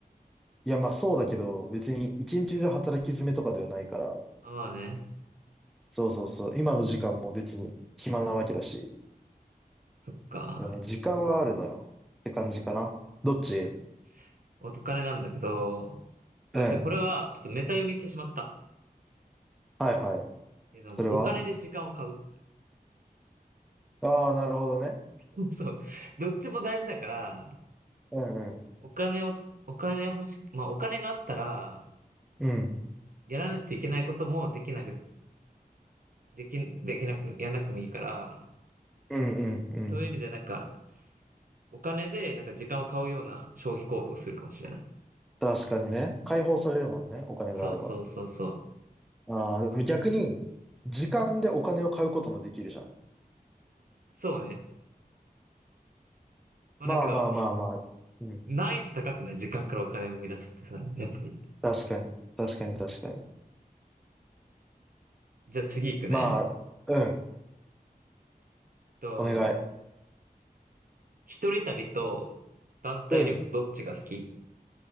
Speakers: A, in the centre; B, on the right.
A: いや、まあそうだけど、別に一日中働き詰めとかではないから、
B: あ、まあね。
A: そうそうそう。今の時間も別に暇なわけだし、
B: そっか。
A: だからね、時間はあるのよ。って感じかな。どっち
B: 確かに。お金なんだけど、ごめん、
A: うん。
B: ちょ、これはちょっとメタ読みしてしまった。っ
A: はいはい。
B: ていうのはもうお金で時間を買う。
A: それはああー、なるほどね。
B: <laughs> そう。どっちも大事だから、
A: うんうん。
B: お金をつ、お金を欲し、まあお金があったら、
A: うん。
B: やらないといけないこともできなく、でき、できなく、やらなくてもいいから、
A: うんうんうん。
B: そういう意味でなんか、お金でなんか時間を買うような消費行動をするかもしれない。
A: 確かにね。解放されるもんね。お金があれば。
B: そうそうそうそう。
A: ああ、でも逆に、時間でお金を買うこともできるじゃん。
B: そうね。まあだけど、
A: まあまあまあまあ。うん。
B: 難易度高くない時間からお金を生み出すってさ、やっぱり。
A: 確かに。確かに確かに。
B: じゃあ次行くね。
A: まあ、うん。
B: と、
A: お願い。
B: 一人旅と団体旅行どっちが好き
A: うん。